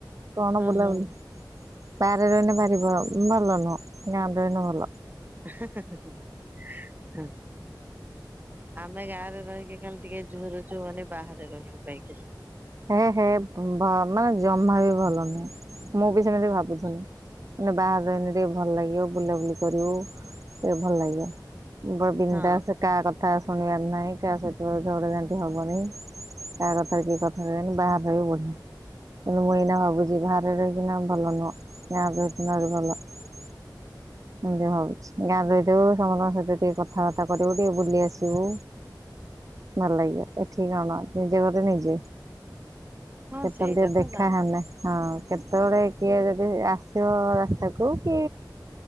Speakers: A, on the right; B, on the right.
A: କଣ
B: ହଁ
A: ବୁଲାବୁଲି।
B: ହଁ
A: ବାଆରେ ରହିନେ ଭାରି ଭ ଭଲନୁହଁ ଗାଁରେ ରହିନେ ଭଲ।
B: ହଁ। ଆମେ ଗାଁରେ ରହିକି ଖାଲି ଟିକେ ଝୁରୁଛୁ ମାନେ ବାହାରେ ରହିବା ପାଇଁ କି।
A: ହେ ହେ ମାନେ ଜମା ବି ଭଲ ନୁହେଁ ମୁଁ ବି ସେମିତି ଭାବୁଛି। ମାନେ ବାହାରେ ରହିନେ ଟିକେ ଭଲ ଲାଗିବ ବୁଲାବୁଲି କରିବ ଏ ଭଲ ଲାଗିବ। ବଡ ବିନ୍ଦାସ
B: ହଁ
A: କାହା କଥା ଶୁଣିବାର ନାହିଁ କାହା ସହିତ ଝଗଡାଝାଟି ହବନି। କାହା କଥାରେ କିଏ କଥା କହନି ବାହାର ରହିବ ବଢିଆ। କିନ୍ତୁ ମୁଁ ଏଇନା ଭାବୁଛି ବାହାରେ ରହିକିନା ଭଲ ନୁହଁ ଗାଁରେ ରହିଥିନେ ଆହୁରି ଭଲ। ଏମିତି ଭାବୁଛି ଗାଁରେ ରହିଥିବ ସମସ୍ତଙ୍କ ସହିତ ଟିକିେ କଥାବାର୍ତ୍ତା କରିବୁ, ଟିକେ ବୁଲି ଆସିବୁ, ଭଲ ଲାଗିବ, ଏଠିକି କଣ ନିଜେ ଘରେ ନିଜେ।
B: ହଁ
A: କେତେବେଳେ
B: ସେଇଟା
A: ଟିକେ ଦେଖା
B: ତ ହଁ
A: ହେନ୍ତା ହଁ କେ ସେତେବେଳେ କିଏ ଯଦି ଆସିବ ରାସ୍ତାକୁ କି